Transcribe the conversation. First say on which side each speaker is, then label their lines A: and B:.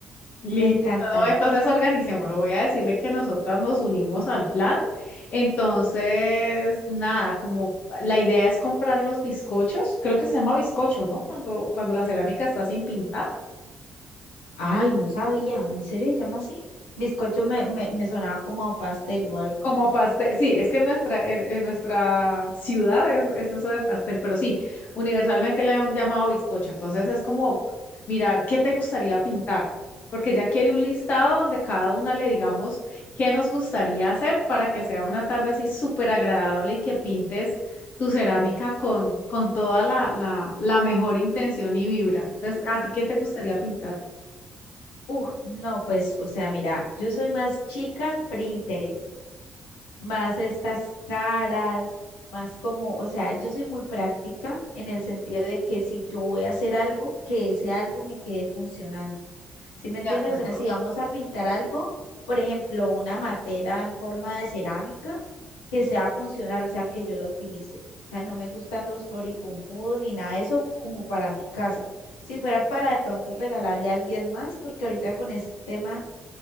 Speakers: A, on the left (about 50°); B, on the left (about 75°).
A: Listo,
B: me encanta.
A: ¿no? entonces organicémoslo. Voy a decirle que nosotras nos unimos al plan. Entonces, nada, como la idea es comprar los bizcochos, creo que se llama bizcocho, ¿no? Cuando, cuando la cerámica está sin pintar.
B: Ay, no sabía, ¿en serio se llama así? Bizcocho me, me, me sonaba como a un pastel o algo.
A: Como pastel, sí, es que en nuestra, en, en nuestra ciudad es, es eso de pastel, pero sí, universalmente le han llamado bizcocho. Entonces es como mirar qué te gustaría pintar, porque ya quiere un listado donde cada una le digamos qué nos gustaría hacer para que sea una tarde así súper agradable y que pintes tu cerámica con, con toda la, la, la mejor intención y vibra. Entonces, ¿a ti qué te gustaría pintar?
B: Uf, no, pues, o sea, mira, yo soy más chica Pinterest, más estas caras, más como, o sea, yo soy muy práctica en el sentido de que si yo voy a hacer algo, que ese algo me quede funcionando. ¿Sí me entiendes?
A: De acuerdo.
B: O sea, si vamos a pintar algo, por ejemplo, una matera en forma de cerámica, que sea funcional, o sea, que yo la utilice. O sea, no me gustan los floripunpudos ni nada de eso como para mi casa. Si fuera para de pronto regalarle a alguien más, porque ahorita con este tema